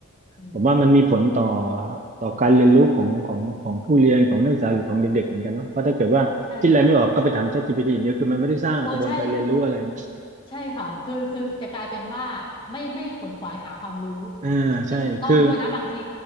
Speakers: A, on the left; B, on the right.
A: อืม
B: ผมว่ามันมีผลต่อต่อการเรียนรู้ของของของผู้เรียนของนักศึกษาหรือของเด็กๆเหมือนกันเนาะเพราะถ้าเกิดว่าคิดอะไรไม่ออกก็ไปถาม
A: ใช่ค่ะ
B: ChatGPT อย่างเดียวคือมันไม่ได้สร้างกระบวนการเรียนรู้อะไรอย่างเงี้ย
A: โอ้ใช่ใช่ค่ะคือคือจะกลายเป็นว่าไม่ไม่ขนขวายหาความรู้
B: อ่าใช่คือ
A: ที่ถูกต้องด้วยนะบางที